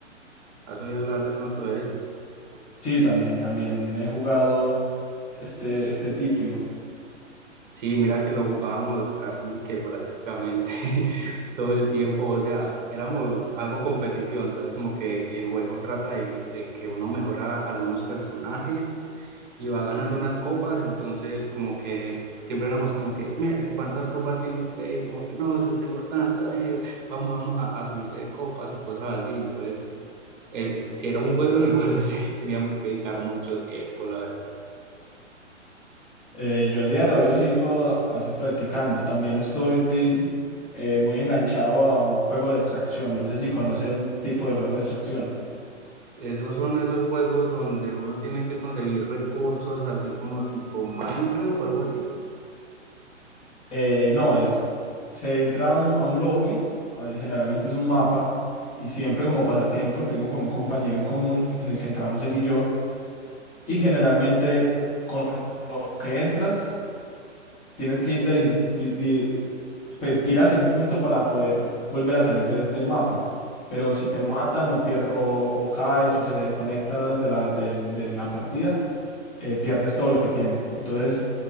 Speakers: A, on the right (about 40°); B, on the left (about 15°).
A: ¿Has oído hablar de pronto de él?
B: Sí, también, también he jugado este, este título.
A: Sí, mira que lo jugábamos casi que prácticamente <laughs> todo el tiempo, o sea, éramos algo competitivo, entonces como que el juego trata de, de que uno mejora algunos personajes y va ganando unas copas, entonces como que siempre éramos como que, mire, ¿cuántas copas tiene usted? Y como que, no, yo tengo tantas, eh, vamos, vamos a, a subir de copas y cosas así, entonces eh, sí era un juego en el cual <laughs> teníamos que dedicar mucho tiempo, la
B: Eh, yo al día de hoy lo sigo a a veces practicando. También estoy eh, muy enganchado a un juego de extracción. No sé si conoces el tipo de juego de extracción.
A: Esos son esos juegos donde uno tiene que conseguir recursos, así como tipo Minecraft o algo así.
B: Eh, no, es, se entra a un, a un lobby, a ver, generalmente es un mapa, y siempre como pasatiempo tengo con un compañero en común en el que entramos él y yo, y generalmente con lo que entras tienes que ir, dirigir- di- di- pues, ir hacia un punto para poder volver a salir del, del mapa, pero si te matan o, pier- o, o caes o se desconectas de la, del- de la partida, eh, pierdes todo lo que tienes Entonces,